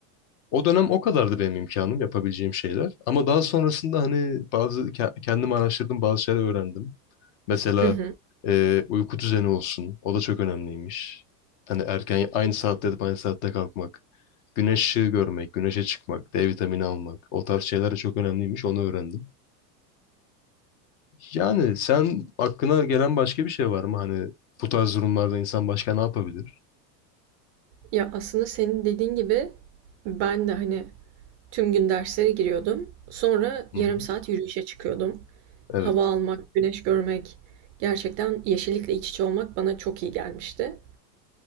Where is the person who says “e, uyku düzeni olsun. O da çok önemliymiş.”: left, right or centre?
Left